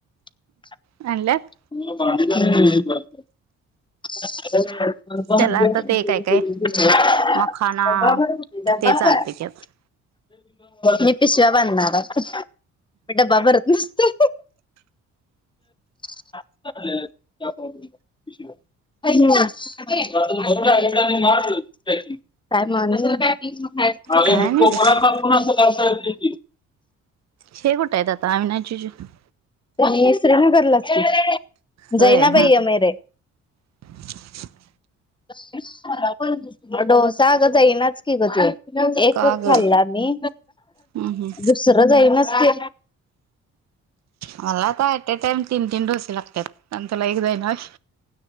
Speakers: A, on the left; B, on the right.
A: <unintelligible>
B: आणल्यात
A: मला <unintelligible>
B: त्याला आता ते काय काय
A: <unintelligible>
B: मखाना ते चालते की आता
A: मी पिशव्या बांधणार आहे. मी डब्बा भरत नसतोय <unintelligible> <unintelligible> <unintelligible>
B: काय नाही बघ शेवटयत आता आम्ही नाय <unintelligible>
A: तुम्ही श्रीनगरलाच की?
B: होय
A: जैना
B: हा
A: बाई
B: हा
A: एमेरे.
B: <inaudible>
A: <unintelligible> पंचवीस किलो <unintelligible> हॅलो, सागं ताई, नाच की ग तू. एक
B: का
A: क
B: ग
A: खाल्ला मी.
B: हम्म हम्म
A: दुसरं जाईनच गेलं.
B: मला आता ऍट अ टाइम तीन - तीन डोसे लागत्यात. अन् तूला एक जाईना. <inaudible>